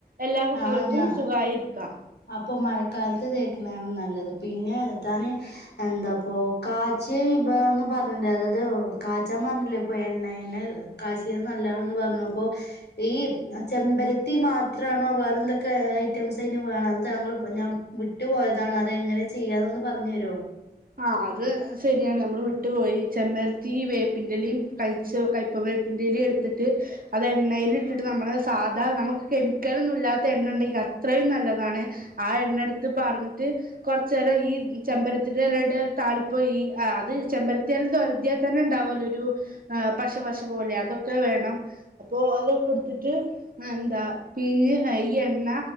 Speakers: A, on the right; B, on the left.
A: എല്ലാ കുട്ടികൾക്കും
B: ആഹ് ഞാ
A: സുഖായിര്‌ക്കാം
B: അപ്പൊ മഴക്കാലത്ത് തേക്ക്ന്ന ആണ് നല്ലത് പിന്നെ താന് എന്താപ്പൊ കാച്ചിയ വിഭവം ന്നും പറ്ഞ്ഞ്ണ്ട് അതായത് കാച്ചാൻ പറഞ്ഞില്ലെ ഇപ്പൊ എണ്ണെൽ കാചീത് നല്ലാണ്ന്ന് പറ്ഞപ്പോ ഈ ചെമ്പരത്തി മാത്ര ആണോ വേറെ എന്തൊക്കെ ഐറ്റംസ് അ വേണം അത് താങ്കള ഇപ്പ ഞാൻ വിട്ടു പോയതാണ് അതെങ്ങെനെ ചെയ്യാന്നന്നു പറഞ്ഞരോ.
A: ആഹ് അത് ശെരിയാണ് നമ്മള് വിട്ടു പോയി ചെമ്മരത്തി ഈ വേപ്പിൻ്റെലിം കഴിച്ച കയ്പ്പ വേപ്പിൻ്റെലിം എടുത്തിട്ട് അത് എണ്ണയില് ഇട്ടിട്ട് നമ്മള് സാധാ നമുക്ക് കെമിക്കലൊന്നും ഇല്ലാത്ത എണ്ണ ഇണ്ടെങ്കി അത്രയും നല്ലതാണ് ആഹ് എണ്ണടുത്ത് പാർന്നിട്ട് കുറച്ച നേരം ഈ ചെമ്പരത്തി തിരിതലേടെ താളിപ്പ് ഈ ആഹ് അത് ചെമ്പരത്തിയൽ ഒരതിയാൽ തന്നെ ഉണ്ടാവല്ലോ ഒരു ആഹ് പശവശ പോലെ അതൊക്കെ വേണം അപ്പൊ അതൊക്കെ എടുത്തിട്ട് എന്താ പീഞ്ഞ് ഈ എണ്ണ